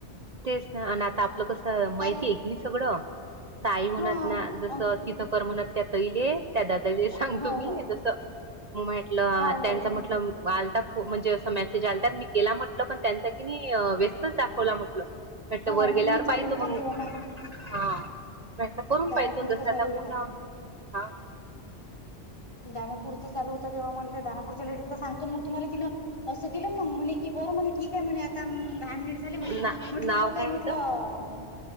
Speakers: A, on the right; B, on the left.
A: तेच ना आणि आता आपलं कसं माहिती
B: कारण
A: आहे की नाही सगळं ताई म्हणत
B: हा
A: ना जस
B: हो
A: तिथकर म्हणत त्या तैले त्या ददा जे सांगतो
B: हो
A: मी
B: हो
A: जस म म्हटलं
B: हो
A: त्यांच
B: हो
A: म्हटलं आलता म्हणजे असं मेसेज आलत मी केला म्हटलं पण त्यांचा की नाही व्यस्तच दाखवला म्हटलं म्हटलं
B: हो
A: वर
B: मग
A: गेल्यावर
B: मी चालू
A: पाहितो
B: होता
A: मंग
B: तेव्हा मा
A: हा करून
B: दानापूरचा
A: पाहितो जसं आता
B: चालू होता
A: बोला हा
B: दानापूर चालू होता तेव्हा मला त्या दानापूरच्या लेडीजचा सांगतो मग तुम्हाला तिनं असं केलं मग म्हणे की बरं म्हणे ठीक आहे म्हणे आता म दहा मिनिट झाले म्हणे
A: ना
B: म्हटलं
A: नाव
B: होतय
A: काय
B: म्हटलं
A: होतं?